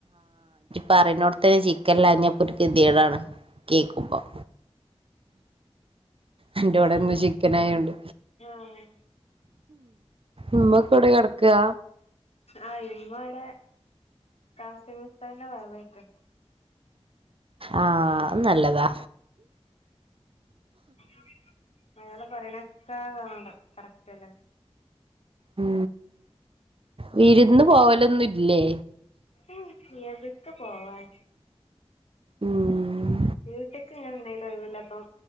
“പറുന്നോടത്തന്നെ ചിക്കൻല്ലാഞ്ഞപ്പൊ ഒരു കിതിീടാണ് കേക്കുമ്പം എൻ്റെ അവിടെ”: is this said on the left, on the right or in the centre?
Right